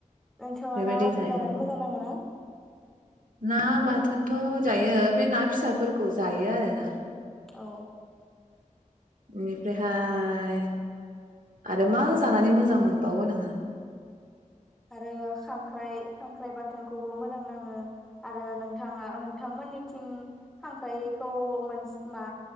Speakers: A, in the centre; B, on the right.
A: नोंथांङा
B: बेबायदि
A: ना बाथोन
B: जायो
A: जानानै
B: आरो
A: मोजां नांङो ना।
B: ना बाथोनथ जायो बे ना फिसाफोरखौ जायो आरोना।
A: औ
B: <unintelligible> रेहाय आरो मा जानानै मोजां मोनबावो नोंङो
A: आरो खांख्राइ-खांख्राइ बाथोनखौबो मोजां नांङो आरो नोंथाङा नोंथांमोननिथिं खांख्राइखौ मा